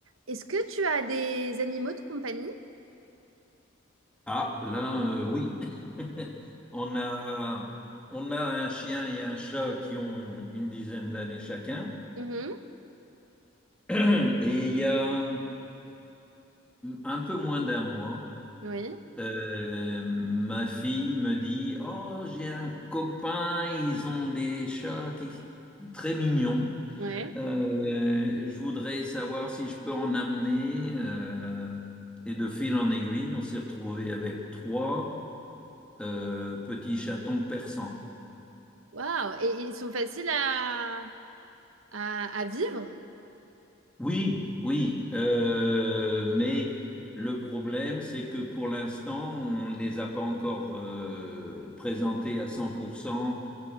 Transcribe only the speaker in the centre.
Ah, là, euh, oui. <laughs> On a, on a un chien et un chat qui ont une dizaine d'années chacun.
<clears throat> Et il y a hum, un peu moins d'un mois,
euh, ma fille me dit, Oh, j'ai un copain, ils ont des chats qui... très mignons.
Euh, je voudrais savoir si je peux en amener. euh. et de fil en aiguille, on s'est retrouvé avec trois euh, petits chatons persans.
Oui, oui, euh, mais le problème, c'est que pour l'instant, on ne les a pas encore euh, présentés à 100%